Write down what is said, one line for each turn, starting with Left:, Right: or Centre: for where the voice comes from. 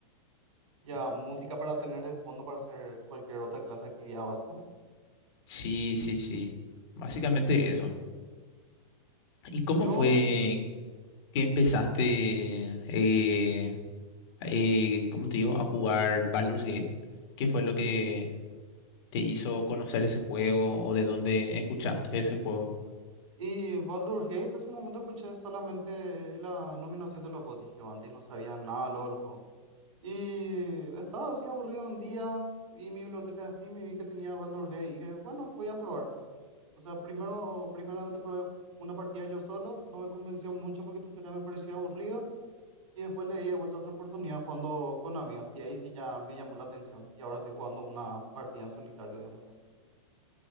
Right: Ya, música para tener de fondo para hacer cualquier otra clase de actividad, básicamente.
Left: Sí, sí, sí. Básicamente eso. ¿Y cómo
Right: Yo
Left: fue que empezaste, eh, eh, cómo te digo, a jugar Baldur's Gate? ¿Qué fue lo que te hizo conocer ese juego o de dónde escuchaste ese juego?
Right: Y Baldur's Gate, en su momento escuché solamente la nominación de los GOTY. Yo antes no sabía nada lo del juego. Y estaba así aburrido un día, vi mi biblioteca de Steam y vi que tenía Baldur's Gate. Y dije, bueno, voy a probar. O sea, primero, primeramente probé una partida yo solo, no me convenció mucho porque el tutorial me parecía aburrido. Y después le di de vuelta otra oportunidad jugando con amigos. Y ahí sí ya me llamó la atención. Y ahora estoy jugando una partida en solitario, digámosle.